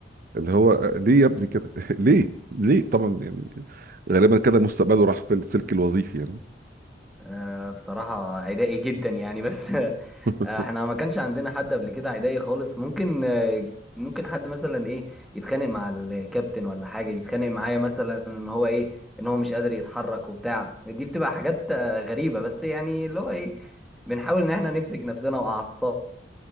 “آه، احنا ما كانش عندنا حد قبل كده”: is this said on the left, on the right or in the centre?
Centre